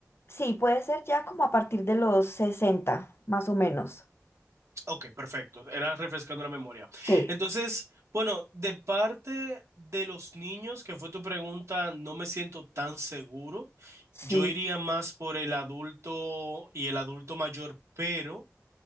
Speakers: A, on the left; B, on the right.
A: Sí, puede ser ya como a partir de los 60, más o menos.
B: Ok, perfecto. Era refrescando la memoria.
A: Sí,
B: Entonces, bueno, de parte de los niños, que fue tu pregunta, no me siento tan seguro.
A: sí.
B: Yo iría más por el adulto y el adulto mayor, pero...